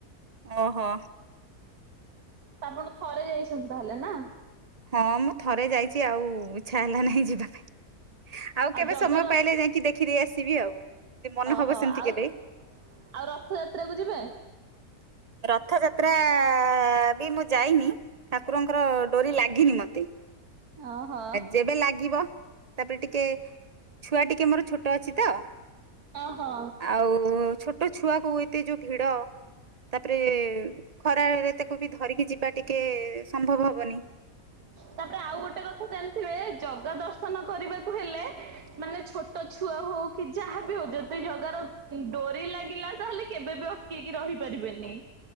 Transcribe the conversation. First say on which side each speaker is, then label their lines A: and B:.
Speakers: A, on the right; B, on the right.
A: ଓହୋ।
B: ଆପଣ ଥରେ ଯାଇସ ହେଲେ ନା।
A: ହଁ ମୁଁ ଥରେ ଯାଇଛି ଆଉ ଇଚ୍ଛା ହେଲା ନାହିଁ ଯିବି <inaudible> ଆଉ କେବେ
B: ଜଗା
A: ସମୟ
B: ଦର୍ଶ
A: ପାଇଲେ ଯାଇକି ଦେଖିଦେଇ ଆସିବି। ଆଉ ଯଦି ମନ
B: ଓହୋ
A: ହବ ସେମିତି
B: ଆଉ
A: <inaudible> କେବେ
B: ଆଉ ରଥଯାତ୍ରାକୁ ଯିବେ
A: ରଥଯାତ୍ରା ଯାତ୍ରା ବି ମୁଁ ଯାଇନି ଠାକୁରଙ୍କର ନି ମତେ
B: ଓହୋ।
A: ଯେବେ ଲାଗିବ ତାପରେ ଟିକେ ଛୁଆ ଟିକେ ମୋର ଛୋଟ ଅଛି ତ
B: ଓହୋ
A: ଆଉ ଛୋଟ ଛୁଆକୁ ଏତେ ଯୋଉ ଭିଡ଼ ତାପରେ ଖରାାରେରେ ତାକୁ ବି ଧରିକି ଯିବା ଟିକେ ସମ୍ଭବ ହବନି।
B: ତାପରେ ଆଉ ଗୋଟେ କଥା ଜାଣିଥିବେ ଜଗା ଦର୍ଶନ କରିବାକୁ ହେଲେ ମାନେ ଛୋଟ ଛୁଆ ହଉ କି ଯାହା ବି ହଉ ଯଦି ଜଗାର ଡୋରି ଲାଗିଲା ତାହେଲେ କେବେ ବି ଅଟକେଇକି ରହିପାରିବେନି।